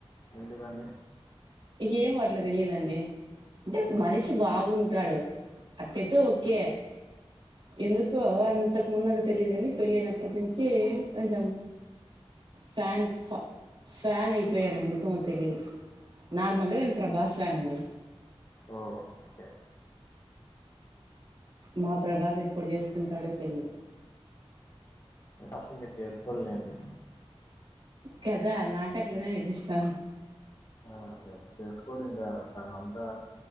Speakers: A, on the left; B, on the right.
A: ఎందుకండి.
B: ఏం అట్లా తెలిదండి. అంటే మనిషి బాగుంటాడు అటైతో ఓకే ఎందుకో అంతకు ముందు అ ది తెలియదు. కాని పెళ్ళినప్పటి నుంచి కొంచెం ఫాన్ ఫ ఫాన్ అయిపోయాను ఎందుకు మరి తెలిదు. నార్మల్గా నేను ప్రభాస్ ఫ్యానండి.
A: ఓ ఓకే
B: మా ప్రభాస్ ఎప్పుడు చేసుకుంటాడో పెళ్ళి
A: టాస్క్లు నేన్ చేసుకోన్లేండి
B: కదా నాక్ అట్లనే అనిపిస్తంది.
A: ఆ ఈ చేసుకొండి. త తనఅంతా